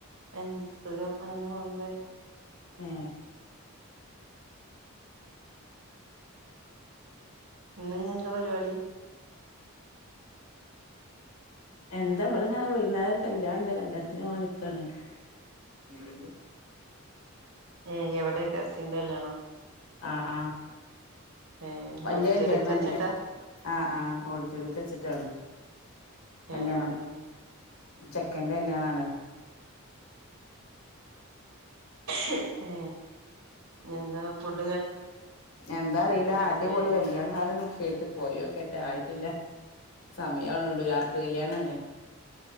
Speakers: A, on the right (about 85°); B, on the left (about 85°).
A: എന്ത സുഖം അങ്ങനെ പോവ്ണ്ട്
B: ഏ
A: ഇന്ന് ഇഞ് എന്താ പരിപാടി
B: എന്താ അവിടെ ഇങ്ങനെ വൈന്നേരം ഒരു കല്യാണണ്ട് കല്യാണത്തിന് പോകാൻ നിക്കാണ് <unintelligible>
A: ഏ എവിടെ കസിൻന്റെ കല്യാണോ
B: ആ ആ
A: ഏഹ്
B: വലിയ
A: ഓഡിറ്റോറിയത്ത്
B: കല്യാണന്
A: വെച്ചിട്ടാ
B: ആ ആ ഓടിട്ടോറിയത്തിൽ വെച്ചിട്ടാണ് കല്യാണം
A: ഏഹ്
B: ചെക്കന്റെ കല്യാണ ആണ്
A: ഏ എന്താ ഫുഡ്
B: എന്താ അറിയില്ല
A: കല്യാണത്തിനായ
B: അടിപൊളി കല്യാണ ആണു കേട്ട് പോയോക്കട്ടെ ആയിട്ടില്ല സമയണുള്ളൂ രാത്രി കല്യാണണെ